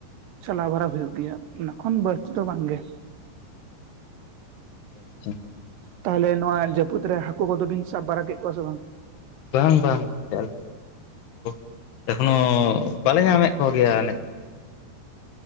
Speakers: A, on the right (about 70°); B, on the left (about 80°).
A: ᱪᱟᱞᱟᱣ ᱵᱟᱨᱟ ᱦᱩᱭᱩᱜ ᱜᱮᱭᱟ, ᱚᱱᱟ ᱠᱷᱚᱱ ᱵᱟᱹᱲᱛᱤ ᱫᱚ ᱵᱟᱝ ᱜᱮ᱾
B: ᱟᱪᱪᱷᱟ ᱟᱪᱪᱷᱟ ᱾
A: ᱛᱟᱦᱚᱞᱮ ᱱᱚᱣᱟ ᱡᱟᱹᱯᱩᱫ ᱨᱮ ᱦᱟᱹᱠᱩ ᱠᱚᱫᱚ ᱵᱤᱱ ᱥᱟᱵ ᱵᱟᱨᱟ ᱠᱮᱫ ᱠᱚᱣᱟ ᱥᱮ ᱵᱟᱝ?
B: ᱵᱟᱝ ᱵᱟᱝ ᱜᱚᱝᱠᱮ ᱟᱞᱮ ᱥᱮᱫ ᱢᱟ ᱦᱟᱹᱠᱩ ᱫᱚ, ᱮᱠᱷᱚᱱᱳ ᱵᱟᱞᱮ ᱧᱟᱢᱮᱫ ᱠᱚ ᱜᱮᱭᱟ ᱱᱮᱛᱚᱜ᱾